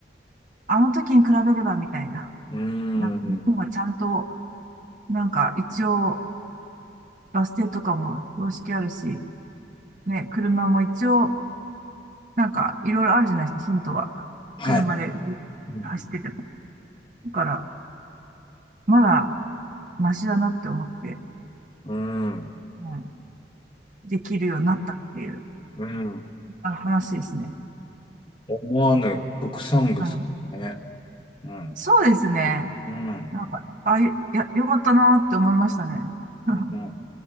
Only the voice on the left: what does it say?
い。うーん。
はい。
うん。
うーん。
うん。
思わぬ副産物ですね。
うん。
うん。
うん。